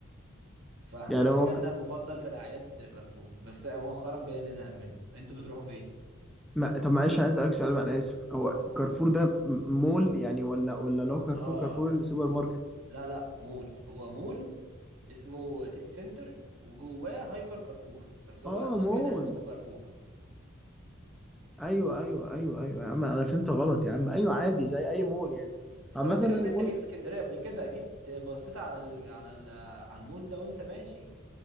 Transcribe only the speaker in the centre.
يعني
هو
ما طب معلش عايز اسالك سؤال وانا اسف هو كارفور ده م- مول يعني ولا ولا لو كارفور
كارفور اللي سوبر ماركت
اه
مول
ايوه ايوه ايوه ايوه يا عم انا فهمت غلط يا عم ايوه عادي زي اي مول يعني
عامه
أنا
المول